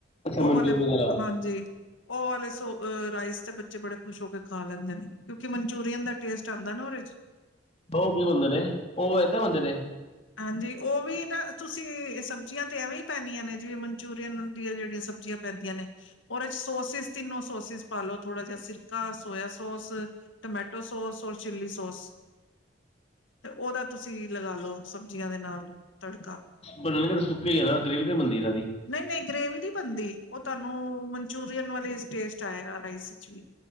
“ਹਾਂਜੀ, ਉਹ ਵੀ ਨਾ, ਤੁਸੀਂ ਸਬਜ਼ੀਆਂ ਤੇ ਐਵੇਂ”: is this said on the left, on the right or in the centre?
Left